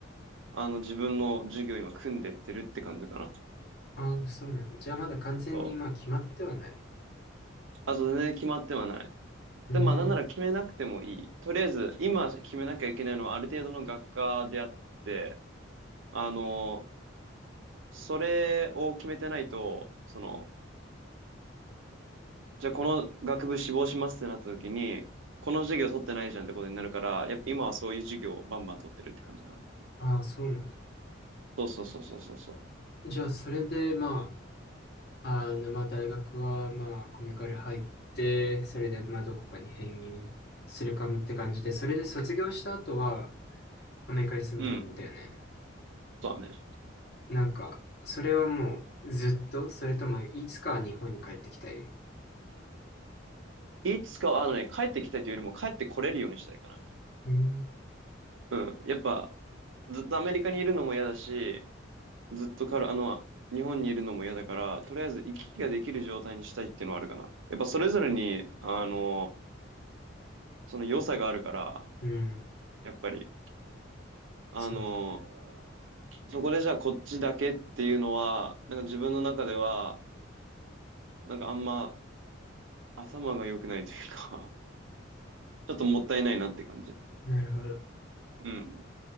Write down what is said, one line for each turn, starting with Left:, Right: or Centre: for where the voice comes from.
Right: あの、自分の授業を今組んでってるって感じかな。
Left: ああ、そうなんだ。じゃあまだ完全にまあ決まってはない。
Right: そう。あと全然決まってはない。
Left: うーん。
Right: で、まあ、なんなら決めなくてもいい。とりあえず、今決めなきゃいけないのはある程度の学科であって、あの、それを決めてないと、その、じゃあこの学部志望しますってなった時に、この授業取ってないじゃんってことになるから、やっぱ今はそういう授業をバンバン取ってるって感じかな。
Left: ああ、そうなんだ。
Right: そうそうそうそうそうそ
Left: じゃあそれでまあ、あのまあ大学はまあコミカル入って、それでまあどこかに編入するかもって感じで、それで卒業した後はアメリカに住みたいんだよね。
Right: う。うん。そうだね。
Left: なんか、それはもうずっと、それともいつかは日本に帰ってきたい。
Right: いつかは、あのね、帰ってきたいというよりも帰ってこれるようにしたいかな。
Left: うん。
Right: うん。やっぱ、ずっとアメリカにいるのも嫌だし、ずっとから、あの、日本にいるのも嫌だから、とりあえず行き来ができる状態にしたいっていうのはあるかな。やっぱそれぞれに、あの、その良さがあるから、
Left: うん。
Right: やっぱり、あの、
Left: そうだね。
Right: そこでじゃあこっちだけっていうのは、なんか自分の中では、なんかあんま頭が良くないというか、<laughs> ちょっともったいないなって感じ。
Left: なるほど。
Right: うん。